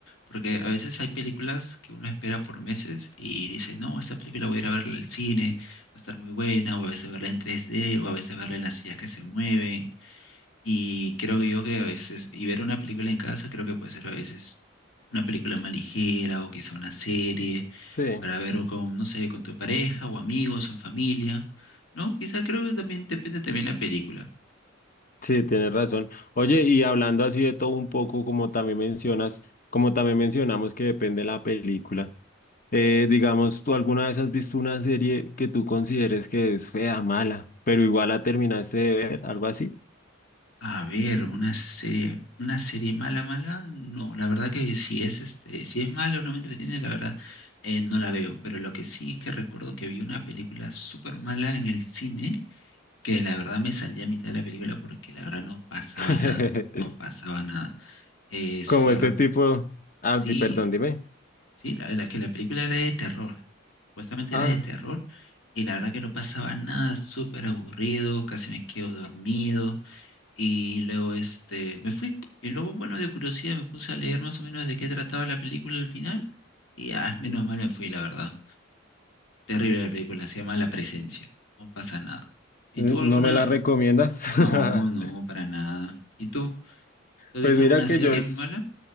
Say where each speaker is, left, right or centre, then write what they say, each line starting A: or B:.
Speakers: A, on the left (about 70°); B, on the left (about 45°).
A: Porque a veces hay películas que uno espera por meses y dice, no, esta película voy a ir a verla al cine, va a estar muy buena, o a veces verla en 3D, o a veces verla en las sillas que se mueven. Y creo que yo que a veces, y ver una película en casa creo que puede ser a veces una película más ligera o quizá una serie
B: Sí.
A: para ver o con, no sé, con tu pareja o amigos o en familia, ¿no? Quizá creo que también depende también la película.
B: Sí, tienes razón. Oye, y hablando así de todo un poco, como también mencionas, como también mencionamos que depende la película, eh, digamos, ¿tú alguna vez has visto una serie que tú consideres que es fea, mala, pero igual la terminaste de ver, algo así?
A: A ver, una serie, una serie mala, mala, no, la verdad que si es este, si es mala o no me entretiene, la verdad, eh, no la veo. Pero lo que sí es que recuerdo que vi una película súper mala en el cine, que la verdad me salí a mitad de la película porque la verdad no pasaba
B: <laughs>
A: nada, no pasaba nada. Eh, fue,
B: Como este
A: recu-
B: tipo, ah,
A: sí,
B: di- perdón, dime.
A: sí, la, la que la película era de terror, supuestamente
B: Ah,
A: era de terror, y la verdad que no pasaba nada, súper aburrido, casi me quedo dormido. Y luego este, me fui. Y luego, bueno, de curiosidad me puse a leer más o menos de qué trataba la película al final. Y ah, menos mal me fui, la verdad. Terrible la película, se llama La Presencia. No pasa nada. ¿Y
B: ¿no
A: tú alguna?
B: me la recomiendas?
A: No,
B: <laughs>
A: no, para nada. ¿Y tú? ¿Tú has
B: Pues
A: visto
B: mira
A: alguna
B: que
A: serie
B: yo es...
A: muy mala?